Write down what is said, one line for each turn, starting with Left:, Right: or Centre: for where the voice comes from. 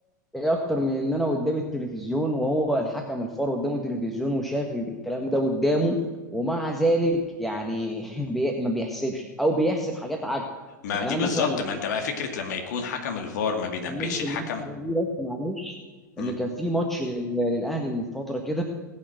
Centre: ايه اكتر من ان انا قدامي التلفزيون وهو الحكم الفار قدامه التلفزيون وشايف ان الكلام ده قدامه ومع ذلك يعني <laughs> بي ما بيحسبش او بيحسب حاجات عكس
Left: ما
Centre: يعني
Left: دي
Centre: انا
Left: بالظبط
Centre: مثلا
Left: ما انت بقى فكرة لما يكون حكم الفار ما بينبهش
Centre: كلمت
Left: الحكم
Centre: الناس دي بس معلش
Left: مم.
Centre: ان كان في ماتش لل- للاهلي من فتره كده